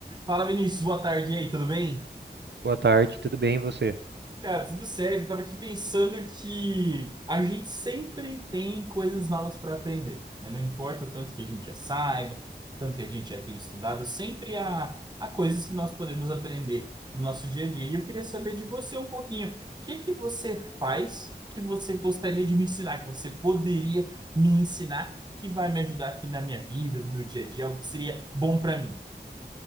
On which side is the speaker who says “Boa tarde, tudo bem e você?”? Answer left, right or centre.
Right